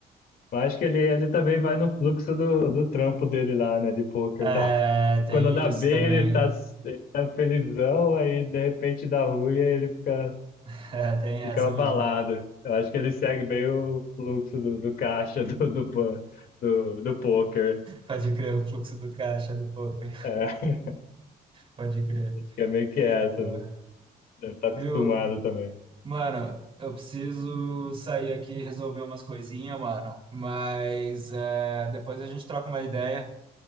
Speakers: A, on the left; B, on the right.
A: Mas acho que ele, ele também vai no fluxo do, do trampo dele lá, né, de poker
B: É,
A: e tal.
B: tem
A: Quando dá
B: isso
A: bem,
B: também.
A: ele tá, ele tá felizão, aí de repente dá ruim, aí ele fica,
B: <laughs> É, tem
A: fica
B: essa
A: abalado.
B: mesmo, mano.
A: Eu acho que ele segue bem o fluxo do, do caixa <laughs> do, do, ban- do, do poker.
B: Pode crer, o fluxo do caixa do poker.
A: É,
B: Pode crer.
A: acho que é meio que essa.
B: Boa.
A: Deve estar acostumado
B: Viu?
A: também.
B: Mano, eu preciso sair aqui e resolver umas coisinhas, mano. Mas é, depois a gente troca uma ideia.